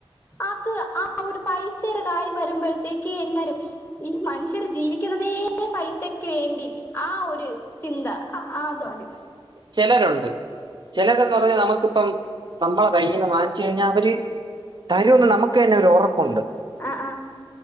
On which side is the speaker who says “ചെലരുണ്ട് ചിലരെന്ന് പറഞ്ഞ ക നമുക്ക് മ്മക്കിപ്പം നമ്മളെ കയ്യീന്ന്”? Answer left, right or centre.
Right